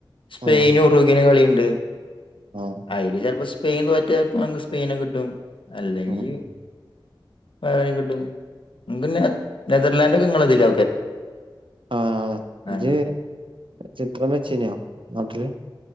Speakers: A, on the left; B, on the right.
A: സ്പെയിൻ
B: ഉം
A: ഉറുഗിനന് കളിയുണ്ട്
B: ആഹ്
A: അയില് ചിലപ്പോ സ്പെയിൻ തോറ്റപ്പോക്ക് സ്പെയിന കിട്ടും അല്ലെങ്കിൽ
B: ഉം ഉം.
A: വന കിട്ടും നിക്ക് നെതർലാൻഡ ഒക്കെ ഇങ്ങളതില
B: ആ
A: ഞങ്ങൾതന്നെ
B: ജ ചിത്രം വെച്ചീനോ അതേ